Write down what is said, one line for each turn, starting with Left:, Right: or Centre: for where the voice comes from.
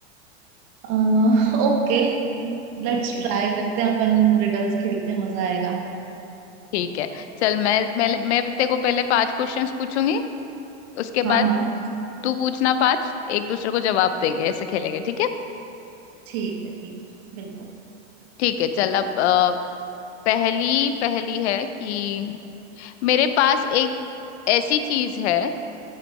Right: अह, ओके लेट्स
Left: <laughs>
Right: ट्राई करते हैं अपन रिडल्स खेलते हैं मजा आएगा
Left: ठीक है चल मैं मैं मैं तेरे को पहले पांच क्वेश्चंस पूछूंगी उसके
Right: हाँ
Left: बाद
Right: हाँ
Left: तू पूछना पांच एक दूसरे को जवाब देंगे ऐसे खेलेंगे ठीक है
Right: ठीक है ठीक है बिल्कुल
Left: ठीक है चल अब अ, पहली पहली है कि मेरे पास एक ऐसी चीज है